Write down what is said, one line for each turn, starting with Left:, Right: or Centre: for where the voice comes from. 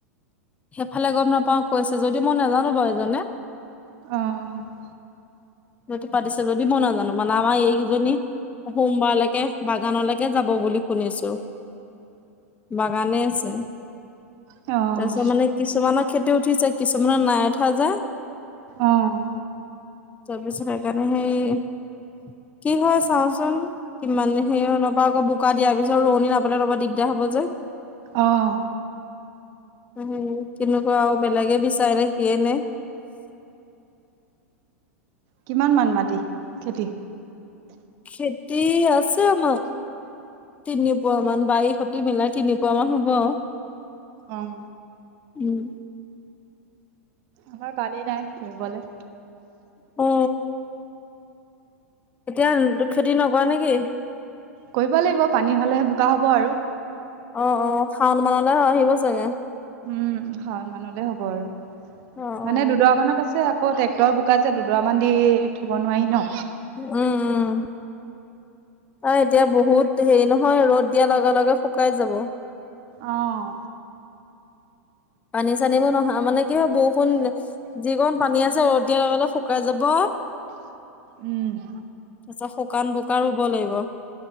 Left: সেইফালে গম নাপাওঁ, কৈছে যদি মই নাজানো বাৰু এজনে।
Right: অহ।
Left: হয়টো পাতিছে যদি মই নাজানো। মানে আমাৰ এইকেইজনী- সোমবাৰলৈকে বাগানলৈকে যাব বুলি শুনিছো। বাগানে আছে।
Right: অঁহ।
Left: তাৰপিছত মানে কিছুমানৰ খেতি উঠিছে, কিছুমানৰ নাই উঠা যে।
Right: অ',
Left: তাৰ পিছত সেইকাৰণে সেই- কি হয় চাওচোন, কিমান হেৰি হৈ নাপা আকৌ বু- কা দিয়াৰ পিছত ৰুৱনী নাপালে তোমাৰ দিগদাৰ হ'ব যে।
Right: অহ।
Left: উমঁ তেনেকুৱা আৰু, বেলেগে বিচাৰে নে কিয়ে নে।
Right: কিমান মান মাটি খেতি?
Left: খেতি আছে আমাৰ- তিনি পুৱা মান, বাৰী সতি মিলাই তিনি পুৱা মান হ'ব আও।
Right: অঁ।
Left: উম।
Right: আমাৰ পানী নাই ৰুবলৈ।
Left: অ। এতিয়া খেতি নকৰা নেকি?
Right: কৰিব লাগিব পানী হ'লেহে বোকা হ'ব আৰু।
Left: অহ', -অহ', শাওন মানলৈ আহিব চাগে।
Right: উমঁ হয়, ওমানলৈ হ'ব আৰু।
Left: উম
Right: মানে দুডুবা মানলে আছে আকৌ- ট্ৰেক্টৰ বোকা যে দুডুবা মানলে দি থব নোৱাৰি ন।
Left: উমঁ-উমঁ। অ এতিয়া বহুত হেৰি নহয় ৰ'দ দিয়া লগে-লগে শুকাই যাব।
Right: অঁহ।
Left: পানী চানীবোৰ নহয়, মানে কি হয় বৰষুণ- যিকণ পানী আছে ৰ'দ দিয়াৰ লগে-লগে শুকাই যাব।
Right: উমঁ।
Left: তাৰপিছত শুকান বোকা ৰুব লাগিব।